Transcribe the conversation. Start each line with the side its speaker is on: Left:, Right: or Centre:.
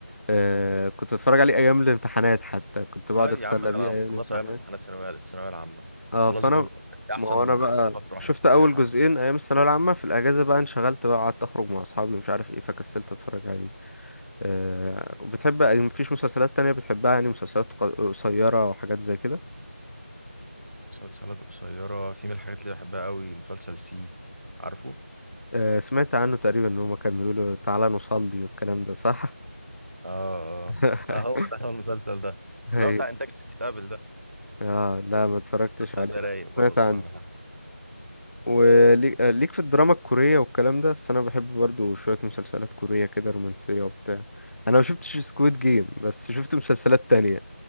Left: آه كنت بتفرج عليه أيام الامتحانات حتى كنت بقعد
Right: طيب
Left: أتسلى
Right: يا عم ده
Left: بيه
Right: انا
Left: أيام
Right: مخلصه
Left: الامتحانات
Right: ايام امتحانات الثانويه الثانويه العامه مخلصه
Left: اه فأنا
Right: كله احسن
Left: ما هو أنا بقى
Right: احسن فتره الواحد
Left: شفت
Right: يشوف
Left: أول
Right: فيها حاجه
Left: جزئين أيام الثانوية العامة في الأجازة بقى انشغلت بقى قعدت أخرج مع أصحابي ومش عارف إيه فكسلت أتفرج عليه آه وبتحب مفيش مسلسلات تانية بتحبها يعني مسلسلات قص- قصيرة وحاجات زي كده
Right: مسلسلات قصيرة في من الحاجات اللي بحبها قوي مسلسل سي عارفه
Left: آه سمعت عنه تقريبا إن هما كانوا بيقولوا تعالى نصلي والكلام ده صح؟
Right: اه
Left: <laughs>
Right: اه هو ده هو المسلسل ده اللي
Left: هي
Right: هو بتاع انتاج شركه ابل ده
Left: اه لا ما اتفرجتش
Right: المسلسل
Left: عليه
Right: ده رايق
Left: بس
Right: برضه
Left: سمعت
Right: بصراحه
Left: عنه
Right: بحبه
Left: وليك آه، ليك في الدراما الكورية والكلام ده بس انا بحب برضو شوية مسلسلات كورية كده رومانسية وبتاع انا ما شفتش سكويد جيم بس شفت مسلسلات تانية